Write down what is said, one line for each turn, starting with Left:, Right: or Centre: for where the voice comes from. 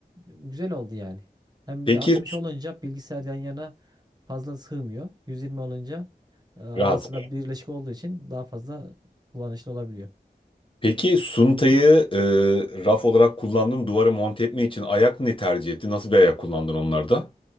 Right: güzel oldu yani. Hem
Left: Peki
Right: bir de 60 olunca bilgisayar yan yana fazla sığmıyor. 120 olunca e, arası
Left: Rahat.
Right: da birleşik olduğu için daha fazla kullanışlı olabiliyor.
Left: Peki suntayı e, raf olarak kullandın duvara monte etme için ayak ne tercih etti? Nasıl bir ayak kullandın onlarda?